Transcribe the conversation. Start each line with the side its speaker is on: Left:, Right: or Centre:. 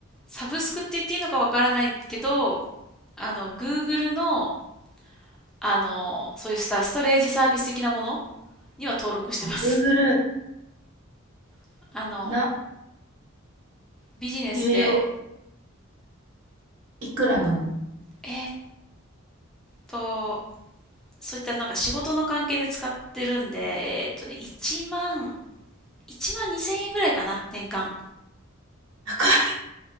Centre: サブスクって言っていいのかわからないけど、あの、Google の、あの、そういうスタ、ストレージサービス的なものには登録してます。
Right: あ、Google
Centre: <laughs> あの、
Right: な、
Centre: ビジネスで、
Right: 有料いくらなの
Centre: えーっと、そういったなんか仕事の関係で使ってるんで、えーっとね、1万、1万2000円ぐらいかな、年間。
Right: 高